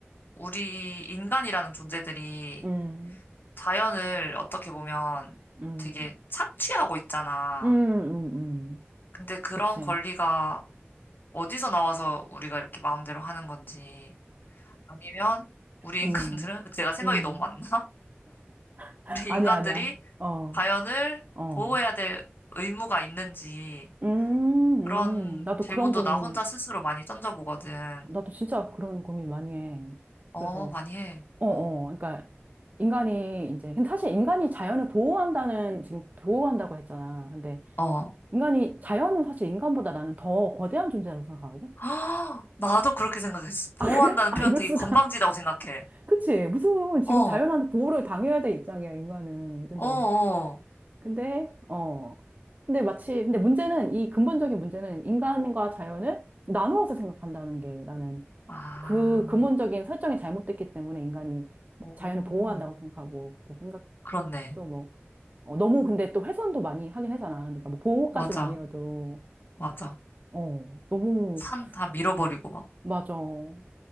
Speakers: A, on the left (about 50°); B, on the right (about 35°).
A: 우리 인간이라는 존재들이
B: 음,
A: 자연을 어떻게 보면
B: 음,
A: 되게 착취하고 있잖아.
B: 음, 음, 음.
A: 근데 그런
B: 그치.
A: 권리가 어디서 나와서 우리가 이렇게 마음대로 하는 건지 아니면 우리
B: 음,
A: 인간들은 <laughs> 제가 생각이
B: 음.
A: 너무 많나? <laughs>
B: <laughs>
A: 우리
B: 아니야,
A: 인간들이
B: 아니야. 어,
A: 자연을
B: 어.
A: 보호해야 될 의무가 있는지
B: 음,
A: 그런
B: 음. 나도
A: 질문도
B: 그런 고민
A: 나 혼자 스스로 많이 던져보거든.
B: 나도 진짜 그런 고민 많이 해. 그래서,
A: 어, 많이 해.
B: 어, 어.
A: 어,
B: 그러니까, 인간이 이제, 근데 사실 인간이 자연을 보호한다는, 지금 보호한다고 했잖아. 근데,
A: 어.
B: 인간이, 자연은 사실 인간보다 나는 더 거대한 존재라고 생각하거든?
A: <gasps> 아, 나도 그렇게 생각했어.
B: <laughs> 그래?
A: 보호한다는
B: 아,
A: 표현
B: 이럴
A: 되게
B: 수가.
A: 건방지다고
B: <laughs>
A: 생각해.
B: 그치? 무슨, 지금
A: 어,
B: 자연한테 보호를 당해야 될 입장이야, 인간은. 근데,
A: 어, 어.
B: 근데, 어. 근데 마치, 근데 문제는, 이 근본적인 문제는 인간과 자연을 나누어서 생각한다는 게 나는
A: 아,
B: 그 근본적인 설정이 잘못됐기 때문에 인간이
A: 오,
B: 자연을 보호한다고 생각하고 그렇게 생각도
A: 그렇네.
B: 뭐 어, 너무 근데 또 훼손도 많이 하긴 하잖아. 그러니까 뭐 보호까지는
A: 맞아,
B: 아니어도
A: 맞아.
B: 어 너무
A: 산 다 밀어버리고 막
B: 맞아. 어.